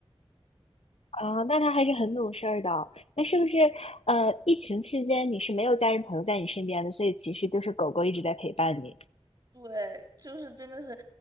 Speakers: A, on the left; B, on the right.
A: 啊，那他还是很懂事儿的。那是不是呃，疫情期间你是没有家人朋友在你身边的，所以其实就是狗狗一直在陪伴你。
B: 对，就是真的是